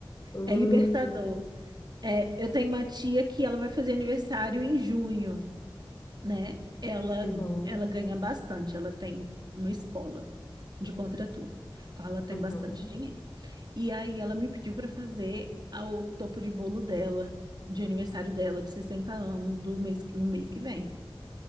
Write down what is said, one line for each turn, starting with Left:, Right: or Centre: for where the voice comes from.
Left: Hum.
Right: É libertador. É, eu tenho uma tia que ela vai fazer aniversário em junho. né? Ela,
Left: Uhum.
Right: ela ganha bastante, ela tem uma escola de contraturno, então ela tem
Left: Uhum.
Right: bastante dinheiro. E aí ela me pediu para fazer a- o topo de bolo dela, de aniversário dela, de 60 anos, do mês, que- no mês que vem.